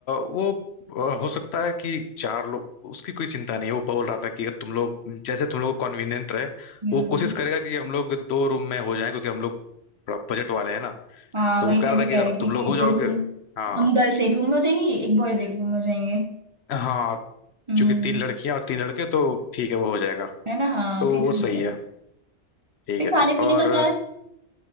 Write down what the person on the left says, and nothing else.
वो अ, हो सकता है कि चार लोग उसकी कोई चिंता नहीं है वो बोल रहा था कि अगर तुम लोग जैसे तुम लोग को कन्वीनियंट रहे
वो कोशिश करेगा कि हम लोग दो रूम में हो जाएं क्योंकि हम लोग बजट वाले हैं ना
तो
वो कह
रहा
था कि
अगर
तुम
लोग
हो
जाओगे
हाँ
हाँ
चूंकि तीन लड़कियां और तीन लड़के तो ठीक है वो हो जाएगा
तो
वो
सही
है ठीक
है
ठीक
और